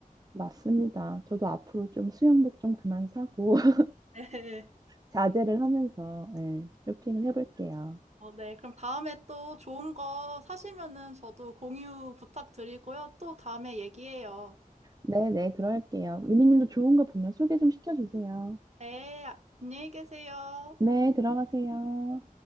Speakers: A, on the right; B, on the right.
A: 맞습니다. 저도 앞으로 좀 수영복 좀 그만 사고 <laughs>
B: <laughs> 네.
A: 자제를 하면서 네, 쇼핑을 해볼게요.
B: 어, 네. 그럼 다음에 또 좋은 거 사시면은 저도 공유 부탁드리고요. 또 다음에 얘기해요.
A: 네네, 그럴게요. 유미님도 좋은 거 보면 소개 좀 시켜주세요.
B: 네. 안녕히 계세요.
A: 네, 들어가세요.